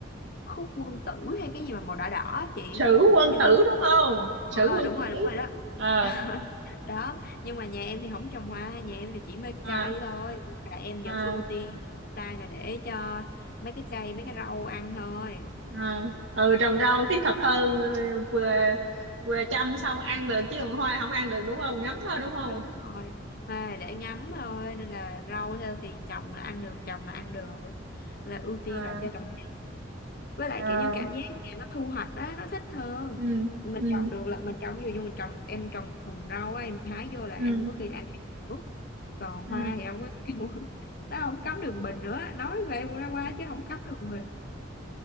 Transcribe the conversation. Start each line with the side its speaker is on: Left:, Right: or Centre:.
Left: khúc quân tử hay cái gì mà màu đỏ đỏ á chị
Right: sử quân
Left: nhưng
Right: tử
Left: mà
Right: đúng không sử
Left: ờ
Right: quân
Left: đúng
Right: tử
Left: rồi đúng rồi đó
Right: ờ
Left: <laughs> đó nhưng mà nhà em thì không trồng hoa nhà em thì chỉ mê
Right: à
Left: cây thôi Nên là em
Right: à
Left: vẫn ưu tiên đây là để cho mấy cái cây mấy cái rau ăn thôi
Right: à, ừ trồng rau thiết thực hơn ừ, vừa vừa chăm xong ăn được chứ còn hoa không ăn được đúng không ngấm thôi đúng không
Left: đúng rồi à, để ngắm thôi nên là rau thôi thì trồng là ăn được trồng là ăn được là ưu tiên
Right: à,
Left: là cho trồng với lại
Right: à,
Left: kiểu như cảm giác thì nó thu hoạch đó nó thích hơn
Right: ừ,
Left: mình
Right: ừ,
Left: trồng được là mình trồng ví dụ như mình trồng em trồng một thùng rau á, em hái vô là
Right: ừ,
Left: ăn có khi ăn ủa, còn
Right: ừ.
Left: hoa thì đâu có <laughs> nó không cắm đường bình nữa nói về qua qua chứ không cắm đường bình